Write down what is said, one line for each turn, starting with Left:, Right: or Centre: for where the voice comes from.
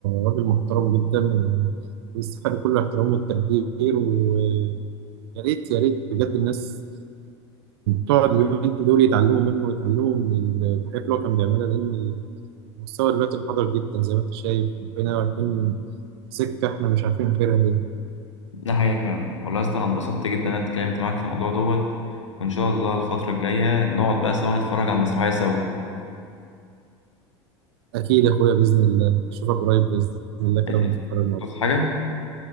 Right: راجل محترم جدا و- ويستحق كل الاحترام والتقدير ويا ريت يا ريت بجد الناس تقعد اليومين دول يتعلموا منه ويتعلموا من الحاجات اللي هو كان بيعملها لان المستوى دلوقتي انحدر جدا زي ما انت شايف بقينا رايحين في سكه احنا مش عارفين غيرها ايه
Left: ده حقيقي فعلا والله يا اسطى انا اتبسطت جدا ان انا اتكلمت معاك في الموضوع دوت وان شاء الله الفترة الجاية نقعد بقى سوا نتفرج على المسرحية سوا
Right: اكيد يا اخويا باذن الله اشوفك قريب باذن الله
Left: ماشي
Right: كده ونتفرج مع بعض
Left: تقصد حاجة